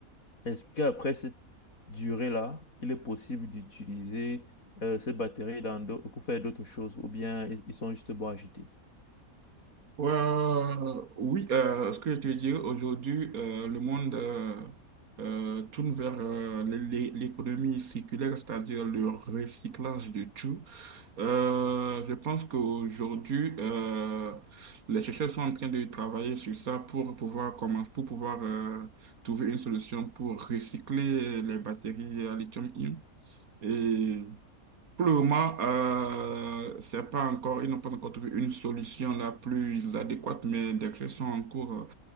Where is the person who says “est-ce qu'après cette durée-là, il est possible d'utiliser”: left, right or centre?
Left